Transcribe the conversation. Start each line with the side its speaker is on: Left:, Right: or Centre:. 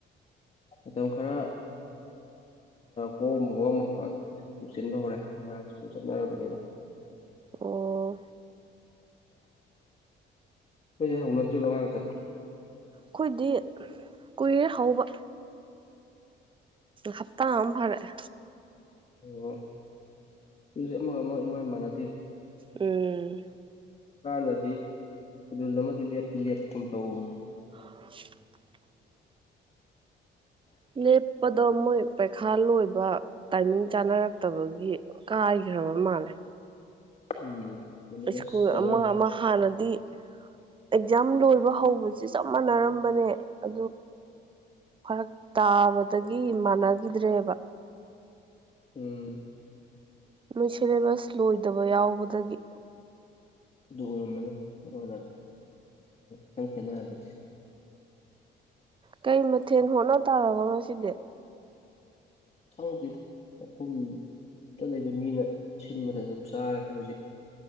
Left: ꯃꯇꯝ ꯈꯔ ꯀꯣꯝꯣ ꯑꯃ ꯁꯤꯟꯕ ꯍꯧꯔꯦ ꯑꯉꯥꯡ ꯁ꯭ꯀꯨꯜ ꯆꯠꯅꯔꯕꯅꯤꯅ
Right: ꯑꯣ
Left: ꯑꯩꯣꯏꯗꯤ ꯍꯧꯅꯗ꯭ꯔꯤꯕ ꯃꯉꯥꯡ ꯆꯠ
Right: ꯑꯩꯈꯣꯏꯗꯤ ꯀꯨꯔꯦ ꯍꯧꯕ ꯍꯞꯇꯥ ꯑꯃ ꯐ
Left: ꯑꯣ ꯇꯖꯤ ꯑꯃꯨꯒ ꯑꯃꯛ ꯏꯃꯥꯟ ꯏ ꯃꯥꯟꯅꯗꯦ
Right: ꯎꯝ
Left: ꯀꯥꯟꯅꯗꯤ ꯁꯦꯗꯨꯜ ꯑꯃꯗꯤ ꯂꯦꯞꯇꯤ ꯂꯦꯞꯀꯨꯝ ꯇꯧꯕꯅꯦ
Right: <inaudible> ꯂꯦꯞꯄꯗꯣ ꯃꯣꯏ ꯄꯩꯈꯥ ꯂꯣꯏꯕ ꯇꯥꯏꯃꯤꯡ ꯆꯥꯅꯔꯛꯇꯕꯒꯤ ꯀꯥꯏꯈ꯭ꯔꯕ ꯃꯥꯜꯂꯦ
Left: ꯎꯝ ꯁꯤꯂꯦꯕꯁ
Right: ꯁ꯭ꯀꯨꯜ
Left: ꯀꯕꯔ
Right: ꯑꯃ ꯑꯃ ꯍꯥꯟꯅꯗꯤ ꯑꯦꯛꯖꯥꯝ ꯂꯣꯏ ꯍꯧꯕꯁ ꯆꯞ ꯃꯥꯟꯅꯔꯝꯕꯅꯦ ꯑ ꯐꯔꯛ ꯇꯥꯕꯗ ꯗꯒꯤ ꯃꯥꯟꯅꯈꯤꯗ꯭ꯔꯦꯕ
Left: ꯎꯝ
Right: ꯅꯣꯏ ꯁꯤꯦꯂꯦꯕꯁ ꯂꯣꯏꯗꯕ ꯌꯥꯎꯕꯗꯒꯤ
Left: ꯑꯗꯨ ꯎꯔꯃꯅꯤꯅ ꯈꯤꯇꯪ ꯈꯦꯠꯅꯍꯜꯂꯤꯁꯦ
Right: ꯀꯩ ꯃꯊꯦꯜ ꯍꯣꯠꯅ ꯇꯥꯔꯕ ꯉꯁꯤꯗꯤ
Left: ꯁ <unintelligible> ꯇ ꯂꯩꯕ ꯃꯤꯅ ꯁꯤꯟꯕ ꯃꯇꯝꯗ ꯑꯗꯨꯝ ꯆꯥꯔ ꯈꯣꯏ ꯍꯧꯖꯤꯛ